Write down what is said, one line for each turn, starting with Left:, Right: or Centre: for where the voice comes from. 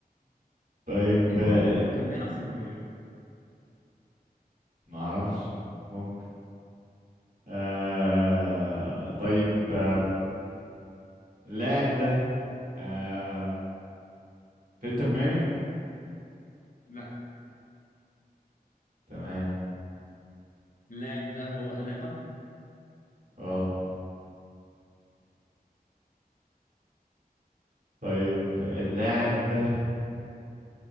Right: طيب
Left: يبقى
Right: آه
Left: هو
Right: ال-
Left: كان بيلعب في البايرن
Right: ما اعرفش ممكن آه طيب آه اللاعب ده آه في انتر ميامي
Left: لا
Right: تمام
Left: اللاعب ده هو ألابا
Right: غلط طيب اللاعب ده